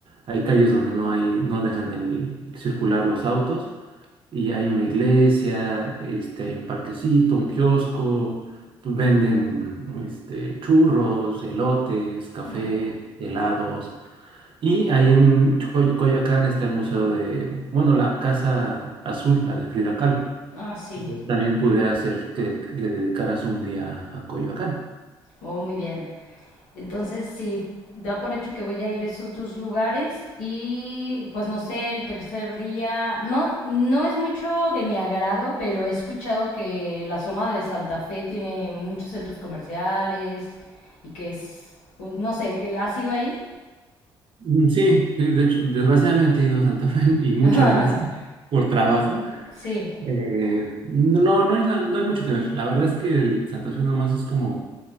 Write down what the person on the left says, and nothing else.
No,
ah, sí.
Oh, muy bien. Entonces, sí, da por hecho que voy a ir a esos dos lugares y pues no sé, el tercer día, no, no es mucho de mi agrado, pero he escuchado que la zona de Santa Fe tiene muchos centros comerciales y que es, no sé, que ha sido ahí.
<laughs> Ajá.
Sí,